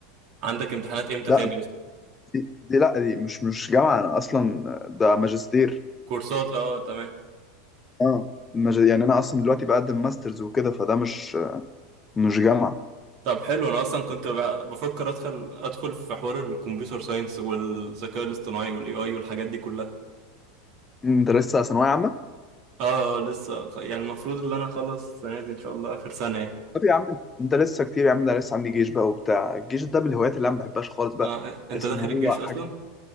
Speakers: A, on the right (about 50°); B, on the left (about 20°).
A: عندك امتحانات امتى
B: لا
A: تاني اصلا
B: دي, دي لا دي مش مش جامعة أنا أصلا ده ماجستير
A: كورسات اه تمام
B: اه ماج- يعني أنا أصلا دلوقتي بقدم ماسترز وكده فده مش مش جامعة
A: طب حلو انا اصلا كنت ب- بفكر ادخل ادخل في حوار الكمبيوتر ساينس والذكاء الاصطناعي والاي اي والحاجات دي كلها
B: أنت لسه ثانوية عامة؟
A: اه اه، لسه خ- يعني المفروض ان انا اخلص السنه دي ان شاء الله اخر سنه يعني
B: طب يا عم أنت لسه كتير يا عم ده لسه عندي جيش بقى وبتاع الجيش ده من الهوايات اللي أنا ما بحبهاش خالص بقى
A: آه
B: بحس
A: انت داخل
B: إن هو
A: الجيش اصلا
B: حاجة